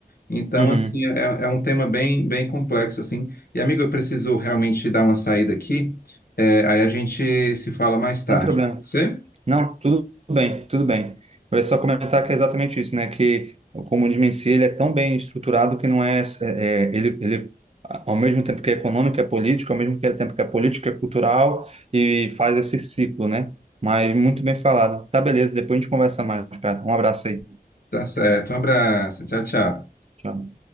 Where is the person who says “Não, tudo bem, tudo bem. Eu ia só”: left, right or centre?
Right